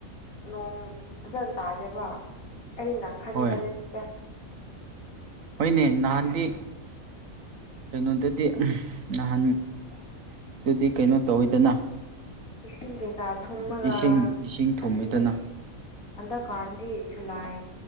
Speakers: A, on the left; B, on the right.
A: ꯅꯣꯡ ꯐꯖꯅ ꯇꯥꯗꯦꯕ ꯑꯩꯅ ꯈꯟꯕꯗꯇ
B: ꯍꯣꯏ ꯍꯣꯏꯅꯦ ꯅꯍꯥꯟꯗꯤ ꯀꯩꯅꯣꯗꯗꯤ ꯅꯍꯥꯟ ꯑꯗꯨꯗꯤ ꯀꯩꯅꯣ ꯇꯧꯋꯤꯗꯅ
A: ꯏꯁꯤꯡ ꯀꯩꯀꯥ ꯊꯨꯝꯃꯒ
B: ꯏꯁꯤꯡ ꯏꯁꯤꯡ ꯊꯨꯝꯃꯤꯗꯅ
A: ꯑꯗꯨꯅꯤ ꯍꯟꯗꯛꯀꯥꯟꯗꯤ ꯖꯨꯂꯥꯏ